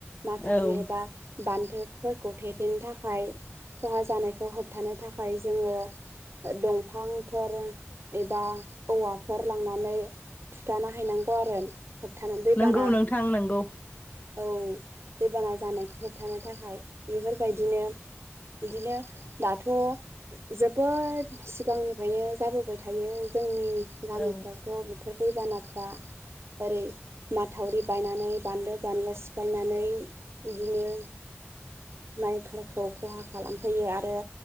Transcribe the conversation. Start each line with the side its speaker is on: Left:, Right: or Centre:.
Right: माथावरि
Left: औ
Right: एबा बान्दोफोरखौ थेथेनो थाखाय खहा जानायखौ होब हो थानो थाखाय जोङो दंफांफोर एबा औवाफोर लांनानै। थुथाना हैनांगौ आरो होबथानानै दैबाना
Left: नंगौ नोंथां नंगौ
Right: औ दै बाना जानायखौ होबथानो थाखाय बेफोरबायदिनो बिदिनो दाथ' जोबोद सिगांनिफ्रायनो जाबोबाय थायो जोंनि गामिफ्रावथ'
Left: औ
Right: बेफोर दैबानाफ्रा ओरै माथावरि बायनानै बानलो बानलु सिफायनानै बिदिनो माइफोरखौ खहा खालामफैयो आरो